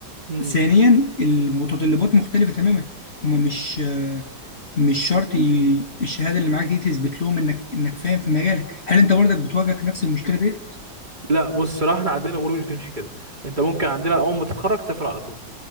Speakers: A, on the right (about 25°); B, on the left (about 35°).
A: مم.
B: ثانيا المتطلبات مختلفه تماما هما مش آه، مش شرط ي- الشهاده اللي معاك دي تثبت لهم انك انك فاهم في مجالك هل انت برضك بتواجهك نفس المشكله دي
A: لا بص صراحة احنا عندنا الامور مش بتمشي كده انت ممكن عندنا اول ما تتخرج تسافر على طول